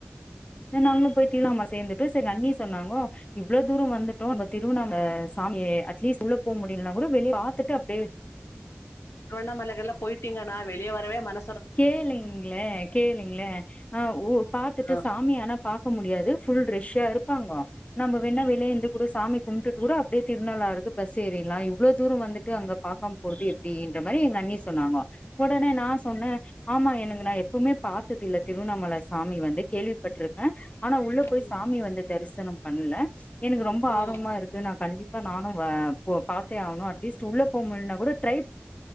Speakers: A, on the left (about 30°); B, on the left (about 85°).
A: ஏ நாங்களும் போய் திருவணமல சேர்ந்து ட்டு எங்க அண்ணி சொன்னாங்கோ இவ்ளோ தூரோ வந்துட்டோ நம்ப திருவண்ணாமல சாமியே அட்லீஸ்ட் உள்ள போ முடியலனா கூட வெளிய பாத்துட்டு அப்டியே
B: திருவண்ணாமலைகெல்லா போய்ட்டீங்க நா வெளிய வரவே மன
A: கேளுங்ளே கேளுங்ளே அ ஊ பாத்துட்டு
B: ஆ
A: சாமியானா பா க்க முடியாது ஃபுல் ரெஷ்ஷா இருப்பாங்கோ நம்ப வேணா வெளியே இருந்து கூட சாமி கும்புட்டு கூட அப்டியே திருநள்ளாறுக்கு பஸ் ஏறிர்லா இவ்ளோ தூரோ வந்துட்டு அங்க பாக்கம போறது எப்டின்ற மாரி எங்க அண்ணி சொன்னாங்கோ ஒடனே நா சொன்னே ஆமா எனக்கு நா எப்பவுமே பாத்ததில்ல திருவண்ணாமல சாமி வந் து கேள்விப்பட்ருக்கே ஆனா உள்ள போயி
B: ம்
A: சாமி வந்து தரிசனம் பண்ணல எனக்கு ரொம்ப
B: ம்
A: ஆர்வமாருக்கு நா கண்டிப் இப்ப நானு வ போ பாத்தே ஆவுனு அட்லீஸ்ட் உள்ள போ முல்னா கூட ட்ரைப்